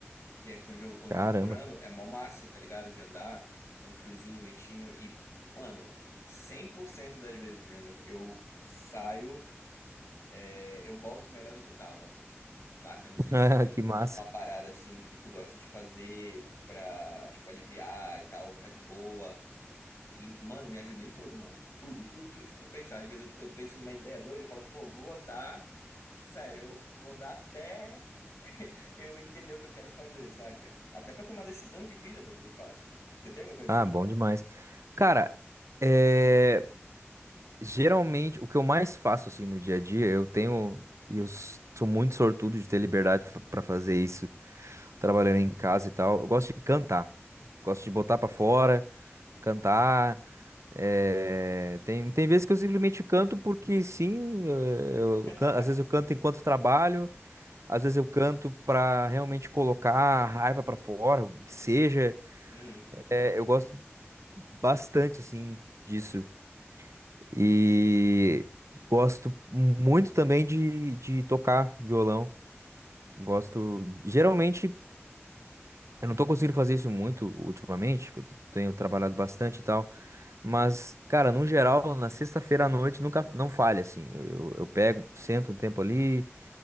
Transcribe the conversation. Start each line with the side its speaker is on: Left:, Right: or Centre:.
Left: E aqui onde eu, onde
Right: Caramba,
Left: eu tô morando é mó massa, tá ligado? De andar. Então, friozinho, ventinho. E, mano, 100% das vezes, Brandon, eu saio, é, eu volto melhor do que eu tava, saca? Não sei
Right: <laughs>
Left: se você tem
Right: que massa.
Left: uma parada assim que tu gosta de fazer pra, tipo, aliviar e tal, ficar de boa. E, mano, me ajuda em tudo, mano. Tudo, tudo, tudo que tu pensar. Às vezes eu, eu penso numa ideia doida, eu falo, pô, vou andar. Sério, eu vou andar até <laughs> eu entender o que eu quero fazer, saca? Até pra tomar decisão de vida, Breno, eu faço. Você tem alguma coisa
Right: Ah,
Left: assim?
Right: bom demais. Cara, é, geralmente o que eu mais faço assim no dia a dia, eu tenho e eu s- sou muito sortudo de ter liberdade para fazer isso, trabalhando em casa e tal. Eu gosto de cantar, gosto de botar pra fora, cantar. é, Tem tem vezes que eu simplesmente canto porque sim, eh, eu
Left: <laughs>
Right: can- às vezes eu canto enquanto trabalho, às vezes eu canto pra realmente colocar a raiva pra fora, o que seja.
Left: Uhum,
Right: É, eu gosto bastante assim disso. E gosto muito também de, de tocar violão. Gosto. Geralmente, eu não tô conseguindo fazer isso muito ultimamente, porque eu tenho trabalhado bastante e tal. Mas, cara, no geral, na sexta-feira à noite nunca não falha, assim. Eu, eu, eu pego, sento um tempo ali,